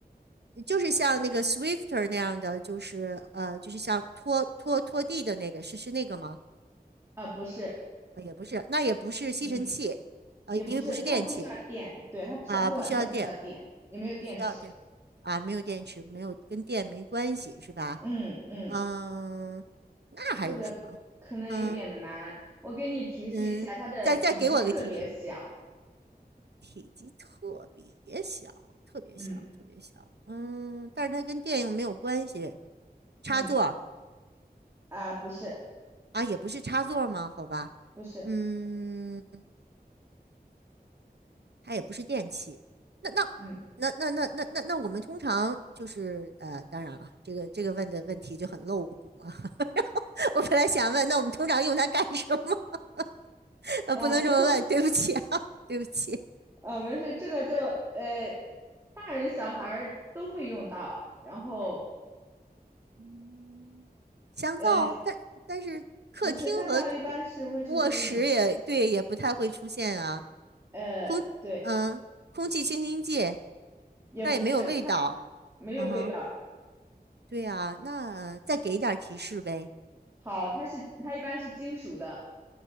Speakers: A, on the right; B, on the right.
A: 就是像那个 Swifter 那样的，就是呃，就是像拖拖拖地的那个，是是那个吗？
B: 啊，不是，
A: 啊，也不是，那也不是吸尘器，
B: 嗯。
A: 啊，
B: 也不是，
A: 因为不是电器
B: 它不需要电，对，它不需要，
A: 啊，
B: 它完全不需要电，
A: 不需要电，
B: 也没有电池。
A: 不需要电啊，没有电池，没有跟电没关系是吧？
B: 嗯嗯，
A: 嗯，那还有什么？
B: 这个可能有点难，
A: 嗯
B: 我给你提示一下，
A: 嗯，
B: 它的体积特别小。
A: 再再给我个提示。体积特别小，特别小，
B: 嗯
A: 特别小。嗯，但是它跟电影没有关系。插座
B: 嗯，啊、不是
A: 啊，也不是插座吗？好吧，
B: 不是，
A: 嗯，它也不是电器。那那那那那那那那我们通常就是呃，
B: 嗯
A: 当然了，这个这个问的问题就很露骨啊。<laughs> 我本来想问，那我们通常用它干什么？<laughs> 呃，
B: 哦
A: 不能这么问，
B: <laughs>
A: 对不起啊，对不起。
B: 呃，没事，这个就呃，大人小孩儿都会用到，然后
A: 嗯香皂，
B: 呃，
A: 但但是客厅和
B: 不是香皂一般是卫生间用的嘛？
A: 卧室也对，也不太会出现啊。
B: 呃，
A: 空，
B: 对，
A: 嗯，空气清新剂，
B: 也不是，
A: 但也没有味道。
B: 它没有味道。
A: 嗯哼，对啊，那再给一点儿提示呗。
B: 好，它是它一般是金属的。